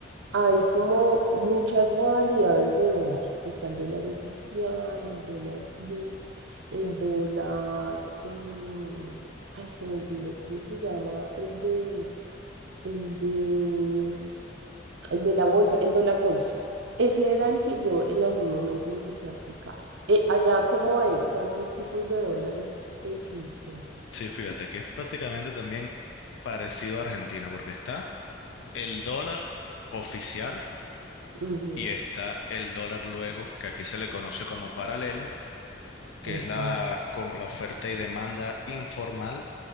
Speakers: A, on the right (about 70°); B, on the left (about 70°).
A: Hay como muchas modalidades de dólar. Está el dólar oficial, el dólar blue, el dólar... em, ay, se me olvidó, ¿cómo se llama? El de, el de, el de la bolsa, el dólar bolsa. Ese era el que yo en algún momento empecé a aplicar. Eh, allá, ¿cómo es? ¿Cuántos tipos de dólares existen?
B: Sí, fíjate que es prácticamente también parecido a Argentina, porque está el dólar oficial
A: Ujú,
B: y está el dólar luego, que aquí se le conoce como paralelo, que
A: Ok,
B: es la, como la oferta y demanda informal